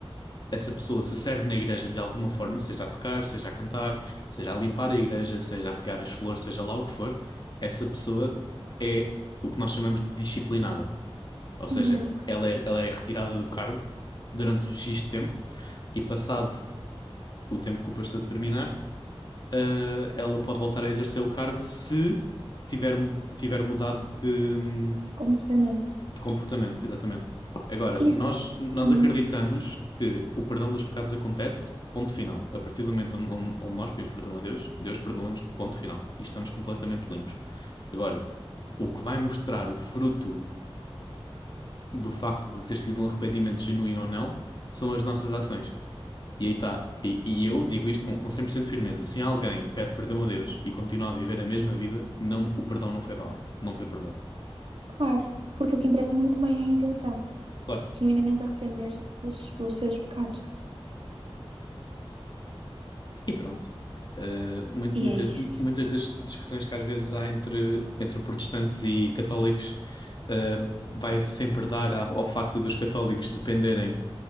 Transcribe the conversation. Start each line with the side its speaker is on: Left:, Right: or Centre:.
Left: essa pessoa se serve na igreja de alguma forma, seja a tocar, seja a cantar, seja a limpar a igreja, seja a regar as flores, seja lá o que for, essa pessoa é o que nós chamamos de disciplinada. Ou seja,
Right: uhum.
Left: ela é, ela é retirada do cargo durante um X tempo e passado o tempo que o pastor determinar, ah, ela pode voltar a exercer o cargo se tiver, mu- tiver mudado de,
Right: Completamente.
Left: de comportamento, exatamente. Agora,
Right: Isso,
Left: nós, nós
Right: Uhum,
Left: acreditamos que o perdão dos pecados acontece, ponto final. A partir do momento onde, onde- onde nós pedimos perdão a Deus, Deus perdoa-nos, ponto final. E estamos completamente limpos. Agora, o que vai mostrar o fruto do facto de ter sido um arrependimento genuíno ou não são as nossas ações. E aí está. E, e eu digo isto com, com 100% de firmeza. Se alguém pede perdão a Deus e continua a viver a mesma vida, não, o perdão não foi válido. Não foi perdoado.
Right: claro. Porque o que interessa muito bem é a intenção.
Left: Claro.
Right: Genuinamente arrepender-te pelos, pelos teus pecados.
Left: E pronto. Uh, mui- muitas,
Right: E é isto.
Left: muitas das discussões que às vezes há entre, entre protestantes e católicos, uh, vai sempre dar ao, ao facto dos católicos dependerem